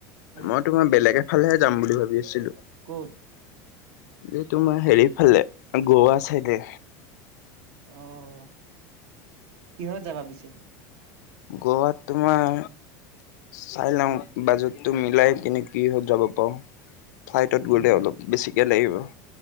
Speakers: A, on the right; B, on the left.
A: উম
B: মই তো মই বেলেগ এফালেহে যাম বুলি ভাবি আছিলোঁ।
A: ক'ত?
B: এই তোমাৰ হেৰি ফালে, গোৱা চাইডে।
A: অ' কিহত যাবা পিছে?
B: গোৱাত তোমাৰ চাই লওঁ, বাজেটটো মিলাই কেনে কিহত যাব পাৰোঁ। ফ্লাইটত
A: উম
B: গ'লে অলপ বেছিকে লাগিব।